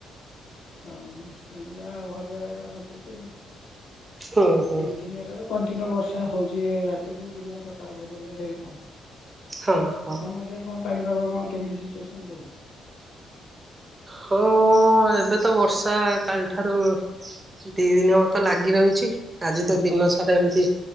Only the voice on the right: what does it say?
ହୁଁ ହୁଁ
ହଁ ହଁ
ହଁ ଏବେ ତ ବର୍ଷା କାଲିଠାରୁ ଦି ଦିନ ହବ ତ ଲାଗି ରହିଛି। ଆଜି
ତ ଦିନ ସାରା ଏମିତି